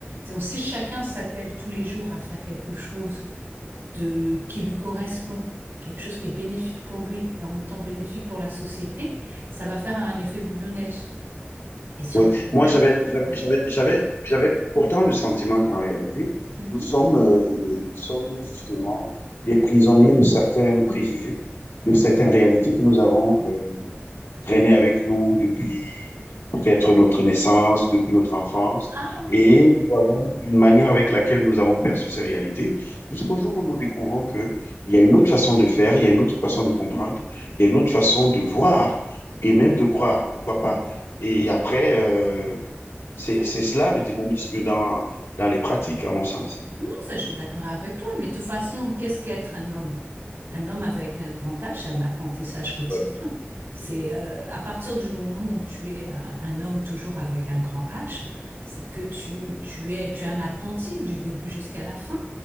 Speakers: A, on the right (about 85°); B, on the left (about 90°).
A: Donc, si chacun s'attelle tous les jours à faire quelque chose de, qui lui correspond, quelque chose qui est bénéfique pour lui et en même temps bénéfique pour la société, ça va faire un effet boule de neige. Et sur
B: Oui,
A: le long
B: moi
A: terme,
B: j'avais j'avais
A: ouais.
B: j'avais j'avais j'avais pourtant le sentiment qu'en réalité,
A: Mhm.
B: nous sommes euh, nous sommes justement des prisonniers de certains préjugés, de certaines réalités que nous avons euh, traînées avec nous depuis peut-être notre naissance, depuis notre enfance,
A: Ah
B: et
A: oui,
B: nous avons une manière avec laquelle nous avons perçu ces réalités, jusqu'au jour où nous découvrons que il y a une autre façon de faire, il y a une autre façon de comprendre, il y a une autre façon de voir et même de croire, pourquoi pas. Et après, euh, c'est
A: ça,
B: c'est cela le dynamisme dans, dans les pratiques, à mon sens.
A: Non, ça, je suis d'accord avec toi, mais de toute façon, qu'est-ce qu'être un homme? Un homme avec un grand H, c'est un apprentissage quotidien.
B: Ouais.
A: C'est euh, à partir du moment où tu es un, un homme toujours avec un grand H, c'est que tu, tu es, tu es un apprenti du début jusqu'à la fin.